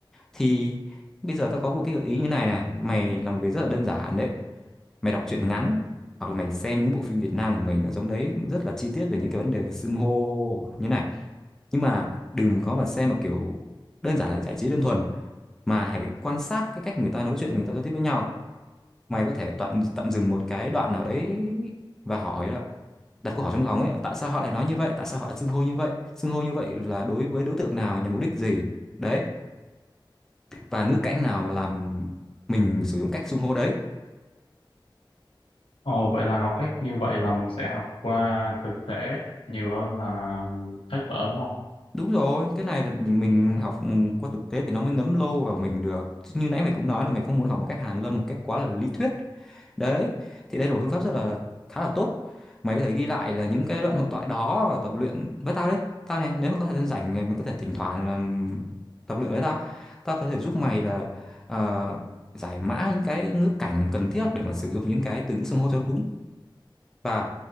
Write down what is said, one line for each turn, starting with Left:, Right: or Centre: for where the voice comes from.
Centre: Thì bây giờ tao có một cái gợi ý như này nè, mày làm một việc rất là đơn giản đấy. Mày đọc truyện ngắn hoặc là mày xem những bộ phim Việt Nam của mình ở trong đấy rất là chi tiết về những cái vấn đề về xưng hô như này nhưng mà đừng có mà xem mà kiểu đơn giản là giải trí đơn thuần mà hãy quan sát cái cách người ta nói chuyện người ta giao tiếp với nhau mày có thể tận tạm dừng một cái đoạn nào đấy và hỏi là đặt câu hỏi trong lòng ấy tại sao họ lại nói như vậy tại sao họ lại xưng hô như vậy xưng hô như vậy là đối với đối tượng nào nhằm mục đích gì đấy và ngữ cảnh nào mà làm mình sử dụng cách xưng hô đấy
Left: ồ vậy là học cách như vậy là mình sẽ học qua thực tế nhiều hơn là sách vở đúng không
Centre: đúng rồi cái này là mình học ừ, qua thực tế thì nó mới ngấm lâu vào mình được Chứ như nãy mày cũng nói là mày không muốn học một cách hàn lâm một cách quá là lý thuyết Đấy, thì đây là một phương pháp rất là khá là tốt. Mày có thể ghi lại là những cái đoạn hội thoại đó và tập luyện với tao đấy. Tao này, nếu mà có thời gian rảnh mày có thể thỉnh thoảng là tập luyện với tao. Tao có thể giúp mày là ờ, giải mã những cái ngữ cảnh cần thiết để mà sử dụng những cái từ ngữ xưng hô cho đúng. và